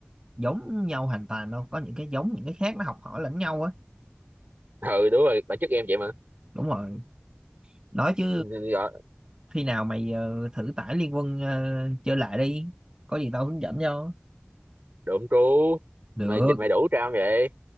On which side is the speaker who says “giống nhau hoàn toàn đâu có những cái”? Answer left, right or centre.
Right